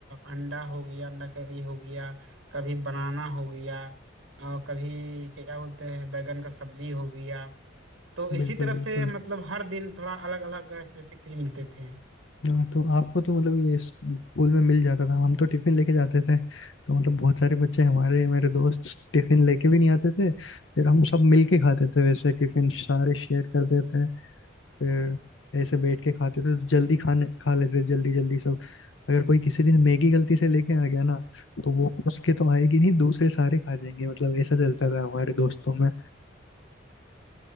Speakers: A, on the right; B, on the left.
A: अंडा हो गया अंडा करी हो गया कभी बनाना हो गया और कभी क्या बोलते हैं बैगन का सब्जी हो गया तो इसी
B: बिल्कुल
A: तरह
B: बिल्कुल
A: से मतलब हर दिन थोड़ा अलग अलग स्पेसिफिक चीज मिलते थे
B: हाँ तो आपको तो मतलब ये स्कूल में मिल जाता था हम तो टिफिन लेके जाते थे तो मतलब बहुत सारे बच्चे हमारे मेरे दोस्त टिफिन लेके भी नहीं आते थे फिर हम सब मिल के खाते थे वैसे टिफिन सारे शेयर करते थे फिर ऐसे बैठ के खाते थे तो जल्दी खाने खा लेते थे जल्दी जल्दी सब अगर कोई किसी दिन मैगी गलती से लेके आ गया ना तो वो उसके तो आएगी नहीं दूसरे सारे खा जाएंगे मतलब ऐसा चलता था हमारे दोस्तों में